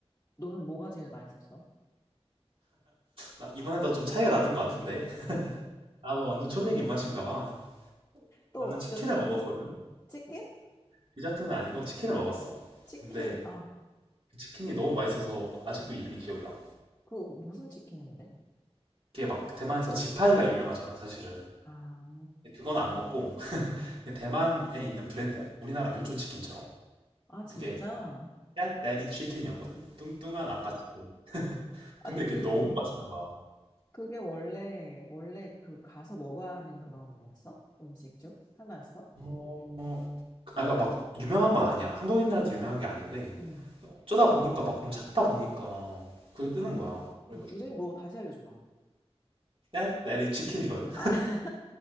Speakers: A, on the left; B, on the right.
A: 너는 뭐가 제일 맛있었어?
B: 나 이번에도 좀 차이가 나는 것 같은데. <laughs> 나도 완전 초딩 입맛인가 봐.
A: 또
B: 나는 치킨을
A: 디저트 먹었어?
B: 먹었거든.
A: 치킨?
B: 디저트는 아니고 치킨을 먹었어.
A: 치킨?
B: 근데
A: 아,
B: 그 치킨이 너무 맛있어서 아직도 이름이 기억이 나.
A: 그 무슨 치킨인데?
B: 이게 막 대만에서 지파이가 유명하잖아, 사실은.
A: 아,
B: 근데 그건 안 먹고 <laughs> 근데 대만에 있는 브랜드야. 우리나라 교촌 치킨처럼.
A: 아 진짜?
B: 그게 떼떼리 치킨이었거든. 뚱뚱한 아빠 치킨.
A: 아니
B: 근데
A: 그
B: 그게 너무 맛있는 거야.
A: 그게 원래, 원래 그 가서 먹어야 하는 그런 거였어? 음식 중? 하나였어?
B: 어, 아, 그러니까 막 유명한 건 아니야. 한국인들한테 유명한 게 아닌데
A: 응.
B: 어쩌다 보니까 막 좀 찾다 보니까 그게
A: 아,
B: 뜨는 거야. 그래가지고
A: 이름이 뭐라고 다시 알려줘봐.
B: 떼떼리 치킨이거든.
A: 아, <laughs>